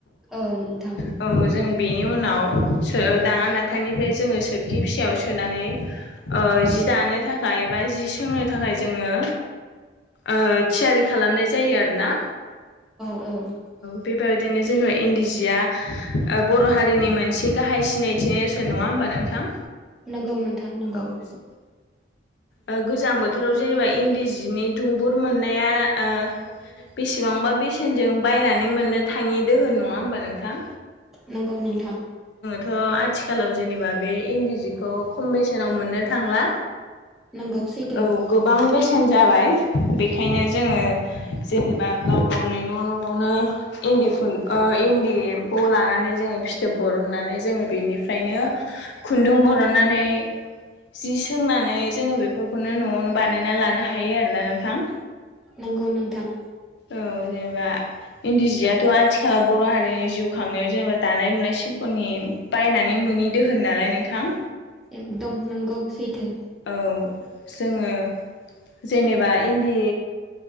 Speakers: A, in the centre; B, on the left (about 65°).
A: औ नोंथां।
B: औ जोङो बेनि उनाव सो दाङा नाथानिफाय जोङो सोरखि फिसायाव सोनानै ओ जि दानो थाखाय बा जि सोंनो थाखाय जोङो। ओ थियारि खालामनाय जायो आरो ना।
A: अ'
B: बेबायदिनो जेनेबा इन्दि जिया ओ बर' हारिनि मोनसे गाहाय सिनायथि नेरसोन नङा होमबा? नोंथां।
A: नंगौ नोंथां नंगौ।
B: औ ओ गोजां बोथोराव जेनेबा इन्दि जिनि दुंबुर मोननाया ओ बेसेबांबा बेसेनजों बायनानै मोननो थाङि दोहोन नङा होमबा नोंथां?
A: नंगौ नोंथां।
B: ओ आथिखालाव जेनेबा बे इन्दि जिखौ खम बेसेनाव मोननो थांला।
A: नंगौ सैथो
B: औ गोबां बेसे न जाबाय बेखायनो जोङो जेनेबा गाव गावनो न' न'आवनो इन्दि खुन्द ओ इन्दि एम्फौ लानानै जोंङो फि थोब बरननानै जोङो बेनिफ्रायनो खुन्दुं बरननानै। जि सोंनानै जोङो बेफोरखौनो न'आवनो बानायना लानो हायो आरो ना नोंथां।
A: नंगौ नोंथां।
B: औ जेनेबा इन्दि जियाथ' आथिखाल बर' हारिनि जिउ खांनायाव जेनेबा दानाय-लुनाय सिल्प'नि बायनानै मोनि दोहोन नालाय नोंथां।
A: एकदम नोंगौ सैथो।
B: औ जोङो जेनेबा इन्दि